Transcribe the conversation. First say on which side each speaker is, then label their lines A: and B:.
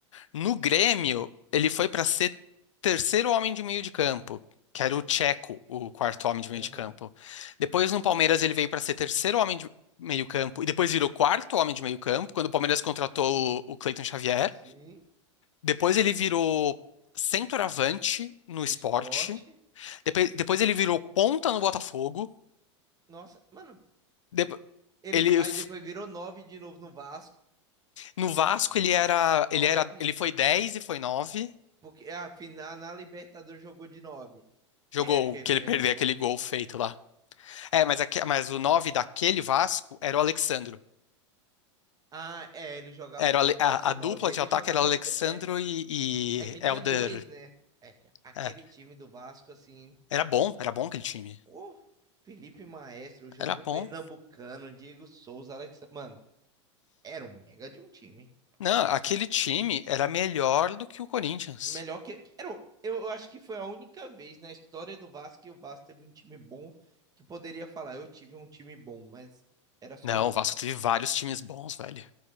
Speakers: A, on the left; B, on the right.
A: No Grêmio ele foi para ser terceiro homem de meio de campo, que era o Tcheco, o quarto homem de meio
B: Aham.
A: de campo. Depois no Palmeiras ele veio para ser terceiro homem de meio campo e depois virou quarto homem de meio campo quando o Palmeiras contratou o, o Cleiton Xavier.
B: sim,
A: Depois ele virou centroavante no
B: no
A: Sport.
B: esporte.
A: Depois, depois ele virou ponta no Botafogo.
B: Nossa, mano.
A: Depo-
B: Ele,
A: ele
B: aí
A: f-
B: depois virou 9 de novo no Vasco.
A: no Vasco ele era,
B: nove
A: ele era, ele foi 10 e foi nove
B: Porque a final na Libertadores jogou de nove
A: Jogou
B: Que é que ele
A: que
B: perdeu
A: ele perdeu
B: o gol.
A: aquele gol feito lá. É, mas, aque- mas o 9 daquele Vasco era o Alexandro.
B: Ah, é, ele jogava
A: Era
B: como
A: o Ale-
B: falso
A: a, a
B: nove
A: dupla
B: Ele
A: de ataque
B: jogava.
A: era Alexandro
B: É,
A: e, e
B: é que
A: Elder.
B: tinha dois, né? É que aquele
A: É,
B: time do Vasco, assim,
A: era bom, era bom aquele time.
B: Ô, Felipe Maestro, Juninho
A: Era bom.
B: Pernambucano, Diego Souza, Alex. Mano, era um mega de um time.
A: Não, aquele time era melhor do que o Corinthians.
B: Melhor que. Era um- Eu, eu acho que foi a única vez na história do Vasco que o Vasco teve um time bom que poderia falar, eu tive um time bom, mas era só
A: Não,
B: isso
A: o Vasco
B: também.
A: teve vários times bons, velho.